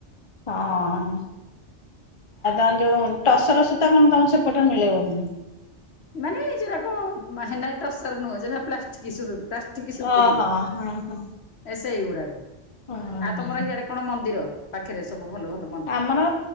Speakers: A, on the left (about 30°); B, on the left (about 60°).
A: ହଁ ଆଉ ଆମ ଯୋଉ ଟସର ସୂତା କଣ ତମ ସେପଟେ ମିଳେ ବୋଧେ,
B: ମାନେ ଯଟାକ ମାହାନା ଟସର ନୁହଁଟା ପ୍ଲାଷ୍ଟିକ ସୂତା, ଠିକି <unintelligible>
A: ଓହୋ ହଁ ହଁ।
B: ଏ ସେଇ ଗୁଡ଼ାକ
A: ହଁ
B: ଆ ତମର ଇଆଡ଼େ, କଣ ମନ୍ଦିର ପାଖରେ ସବୁ ଭଲ-ଭଲ?
A: ଆମର